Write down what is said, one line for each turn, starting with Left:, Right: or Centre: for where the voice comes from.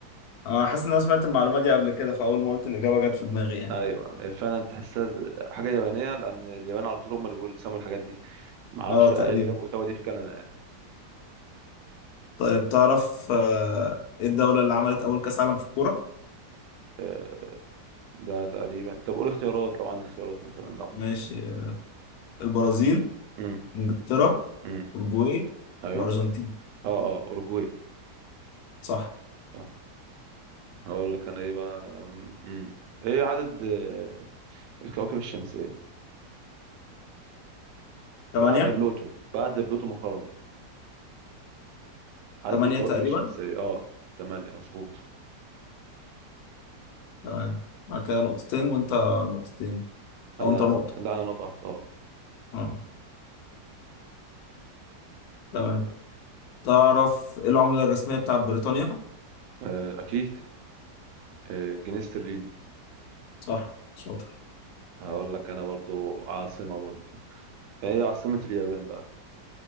Left: آه حاسس إن أنا سمعت المعلومة دي قبل كده فأول ما قلت الإجابة جت في دماغي يعني
Right: ايوه هي فعلا تحسها ز- حاجه يابانيه لان اليابان على طول هم اللي بيسموا الحاجات دي ما اعرفش
Left: آه
Right: بقى
Left: تقريبا
Right: ايه اللي جاب اوتاوا دي في كندا يعني
Left: طيب تعرف آه إيه الدولة اللي عملت أول كأس عالم في الكورة؟
Right: آه، ده تقريبا طب قول اختيارات لو عندك اختيارات مثلا لو
Left: ماشي آه، البرازيل
Right: امم
Left: إنجلترا
Right: امم
Left: أورجواي
Right: ايوه
Left: الأرجنتين
Right: اه اه اورجواي
Left: صح
Right: صح. هقول لك انا ايه بقى امم ايه عدد آه، الكواكب الشمسية
Left: ثمانية
Right: بعد بلوتو بعد بلوتو ما خرج عدد
Left: ثمانية
Right: الكواكب
Left: تقريبا
Right: الشمسية اه تمانية مظبوط
Left: تمام بعد كده نقطتين وانت نقطتين
Right: انا
Left: او انت نقطة
Right: لا انا نقطة واحدة اه
Left: اه تمام تعرف ايه العملة الرسمية بتاعت بريطانيا
Right: آه، اكيد آه، الجنيه استرليني
Left: صح شاطر
Right: هقول لك انا برضو عاصمة برضو هي عاصمة اليابان بقى